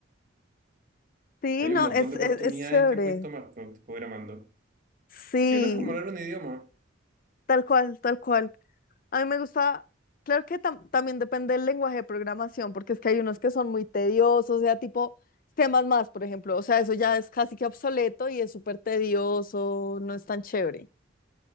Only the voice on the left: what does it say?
Sí,
no,
es,
es,
es chévere.
Sí,
tal cual, tal cual. A mí me gusta, claro que tam- también depende del lenguaje de programación, porque es que hay unos que son muy tediosos, o sea, tipo temas más, por ejemplo, o sea, eso ya es casi que obsoleto y es súper tedioso, no es tan chévere.